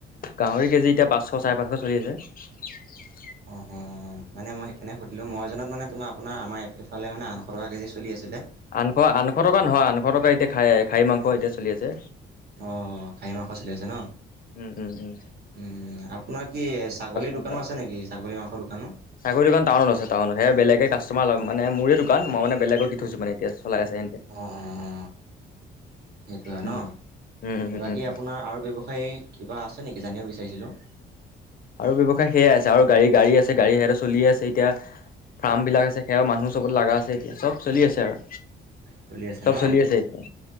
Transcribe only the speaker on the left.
গাহৰি কেজি এতিয়া পাঁচশ চাৰে পাঁচশ চলি আছে।
উম
আঠশ, আঠশ টকা নহয়। আঠশ টকা এতিয়া খাহী মাংস এতিয়া চলি আছে।
উম-উম-উম।
এনেকা
ছাগলী দোকান টাউনত আছে, টাউনত। সেয়া বেলেগে কাষ্টমাৰ লয়। মানে মোৰে দোকান মইমানে বেলেগক দি থৈচো মানে এতিয়া। চলাই আছে সেহেঁতে
উম
উম উম
উম উম
আৰু ব্যৱসায় সেয়াই আছে আৰু গাড়ী গাড়ী আছে গাড়ী সেইয়াতে চলিয়ে আছে এতিয়া। ফাৰ্ম বিলাক আছে। সেয়াৰ মানুহ চবত লগা আছে এতিয়া। চব চলি আছে আৰু।
চব
চলি আছে এতিয়া